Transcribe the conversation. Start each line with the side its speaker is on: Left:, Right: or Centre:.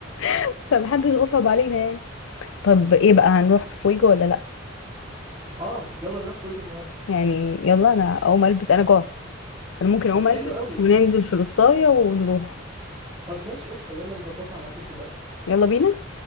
Left: <laughs> فمحدش غصب علينا يعني طب ايه بقى هنروح فويجو ولا لا
Right: اه يلا نروح فويجو النهارده
Left: يعني يلا انا اقوم البس انا جوعت انا ممكن
Right: طب
Left: اقوم
Right: حلو
Left: البس
Right: قوي
Left: وننزل في القصاية ونروح
Right: طب ماشي قشطة يلا نظبطها على طول دلوقتي
Left: يلا بينا